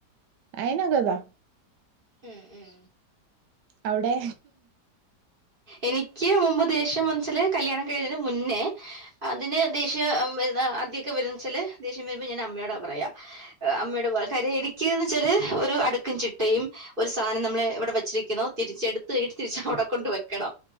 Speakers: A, on the right (about 80°); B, on the right (about 30°).
A: ആയിന കഥാ
B: ഉം ഉം
A: അവിടെ
B: എനിക്ക് മുമ്പ് ദേഷ്യം മനസിൽ കല്യാണം കഴിഞ്ഞതിന് മുന്നേ അതിന് ദേഷ്യം വരുന്ന ആദ്യക്കെ വരുന്നച്ചാല് ദേഷ്യം വരുമ്പോൾ ഞാൻ അമ്മയോടാ പറയാ അമ്മയുടെ പോ കാര്യം എനക്ക്ന്ന് വെച്ചാല് ഒരു അടുക്കും ചിട്ടയും ഒരു സാധനം നമ്മള് ഇവിടെ വെച്ചിരിക്കുന്നുന്നു തിരിച്ച എടുത്ത കട്ട് രിച്ചവിടെ കൊണ്ട് വെക്കണം